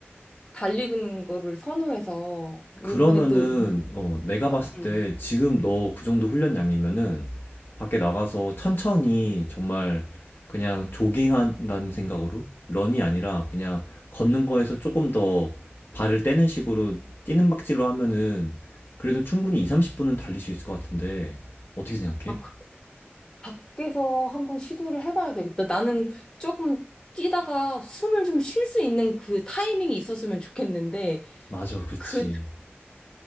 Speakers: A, on the left; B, on the left.
A: 달리는 거를 선호해서 요번에
B: 그러면은
A: 또
B: 어, 내가
A: 아,
B: 봤을
A: 음.
B: 때 지금 너 그 정도 훈련 양이면은 밖에 나가서 천천히 정말 그냥 조깅한다는 생각으로 런이 아니라 그냥 걷는 거에서 조금 더 발을 떼는 식으로 뛰는 박질로 하면은 그래도 충분히 2, 30분은 달릴 수 있을 것 같은데 어떻게 생각해?
A: 아, 그- 밖에서 한번 시도를 해봐야 되겠다. 나는 조금 뛰다가 숨을 좀 쉴 수 있는 그 타이밍이 있었으면 좋겠는데
B: 맞아, 그렇지.
A: 그